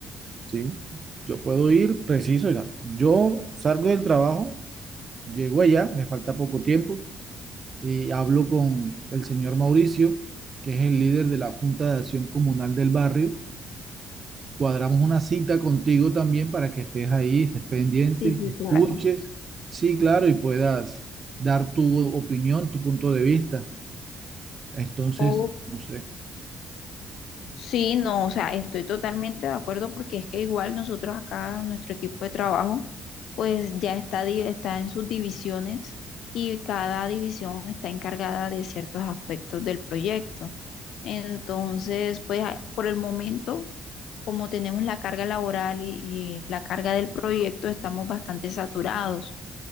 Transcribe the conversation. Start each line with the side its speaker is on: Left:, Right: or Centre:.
Right: ¿sí? Yo puedo ir preciso, ya. Yo salgo del trabajo, llego allá, me falta poco tiempo y hablo con el señor Mauricio, que es el líder de la Junta de Acción Comunal del barrio Cuadramos una cita contigo también para que estés ahí, estés pendiente,
Left: Sí, sí,
Right: escuches,
Left: claro.
Right: sí, claro, y puedas dar tu opinión, tu punto de vista. Entonces,
Left: Ok.
Right: no sé.
Left: Sí, no, o sea, estoy totalmente de acuerdo porque es que igual nosotros acá, nuestro equipo de trabajo, pues ya está, di- está en sus divisiones y cada división está encargada de ciertos aspectos del proyecto. Entonces, pues a- por el momento como tenemos la carga laboral y, y la carga del proyecto, estamos bastante saturados.